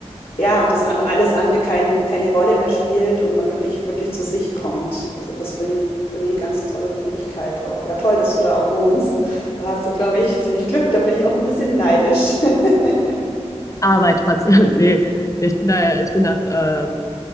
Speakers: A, on the left (about 50°); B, on the left (about 30°).
A: ja, dass an- alles andere kein, keine Rolle mehr spielt und man wirklich, wirklich zu sich kommt. Also das finde ich, finde ich eine ganz tolle Möglichkeit auch. Ja, toll, dass du da auch wohnst. Da hast du, glaube ich, ziemlich Glück. Da bin ich auch ein bisschen neidisch. <laughs>
B: Arbeit trotzdem. <laughs> nee, ich bin da, ich bin nach, ähm,